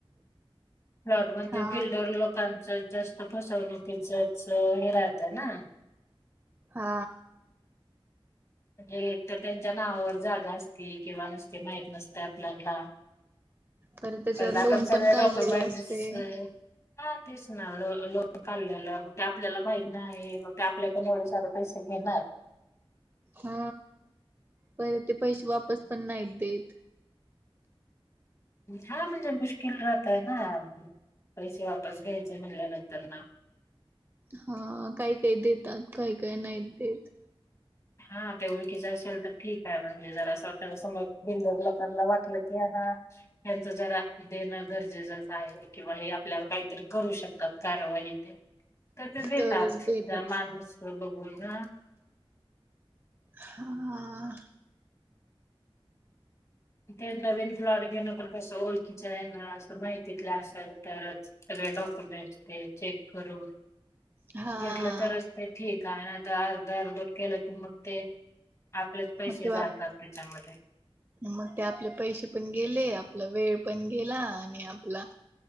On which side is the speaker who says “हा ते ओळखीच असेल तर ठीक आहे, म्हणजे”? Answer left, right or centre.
Left